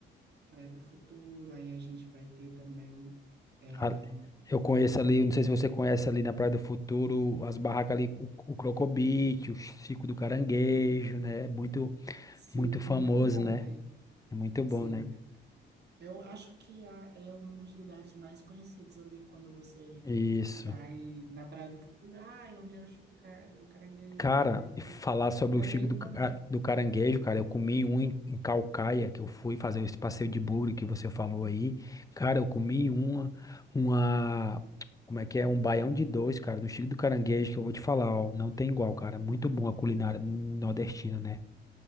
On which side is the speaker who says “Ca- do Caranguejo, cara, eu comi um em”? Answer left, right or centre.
Left